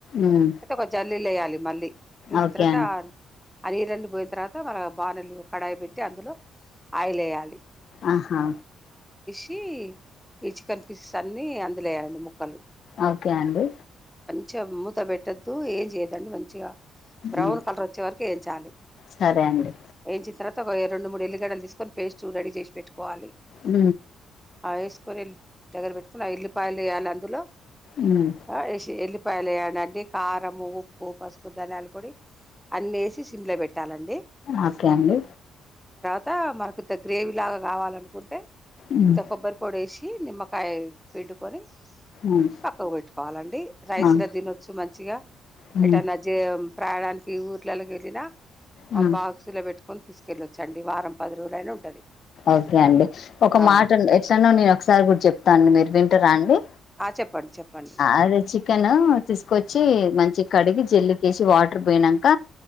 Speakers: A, on the left (about 60°); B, in the centre.
A: ఉమ్
B: అయితే ఒక జల్లీలో ఎయ్యాలి మళ్ళీ ఏసిన
A: ఓకే
B: తర్వాత
A: అండి
B: ఆ నీళ్ళన్నీ పోయిన తర్వాత మన బానెలు కడాయి పెట్టి అందులో ఆయిల్ ఎయ్యాలి
A: ఆహా
B: కి ఈ చికెన్ పీసెస్ అన్నీ అందులో ఎయ్యాలండి ముక్కలు
A: ఓకే అండి
B: చిగా మూత పెట్టద్దు ఏం చేయద్దండి మంచిగా బ్రౌన్
A: ఉమ్
B: కలర్ వచ్చే వరకు ఏంచాలి
A: సరే అండి
B: ఎయించిన తర్వాత ఒక రెండు మూడు ఎల్లిగడ్డలు తీసుకొని పేస్ట్ రెడీ చేసి పెట్టుకోవాలి
A: ఊ
B: ఆ ఏసుకొని ఎల్ దగ్గర పెట్టుకుని ఆ ఎల్లిపాయలు ఎయ్యాలి అందులో
A: ఉమ్
B: ఆ ఏషి ఎల్లి పాయలు ఎయ్యండండి కారము ఉప్పు పసుపు ధానియలు పొడి అన్నీ ఏషి సిమ్ లో పె ట్టాలండి
A: ఆకే అండి
B: త మనకింత గ్రేవీ లాగా కావాలనుకుంటే
A: ఉమ్
B: ఇంత కొబ్బరి పొడి వేసి కి నిమ్మకాయ పిండుకొని
A: ఉమ్
B: పక్కకు పెట్టుకోవాలండి రైసులా
A: ఆ
B: తినొచ్చు మంచిగా
A: ఉమ్
B: ఎటనా జె ప్రాయాణానికి ఊర్లలోకి వెళ్ళినా
A: ఆ
B: మాబా పెట్టుకిని తీసుకెళ్ళొచ్చండి వారం పది రజులయినా ఉంటది
A: ఓకే అండి ఒక
B: ఆ
A: మాట ఎట్లానో నేను ఒకసారి గు చెప్తాను అండి మీరు వింటరా అండి
B: ఆ! చెప్పండి చెప్పండి
A: అదే చికెన్ తీసుకొచ్ చ్చి మంచి కడిగి జల్లుక వేసి వాటర్ పోనాక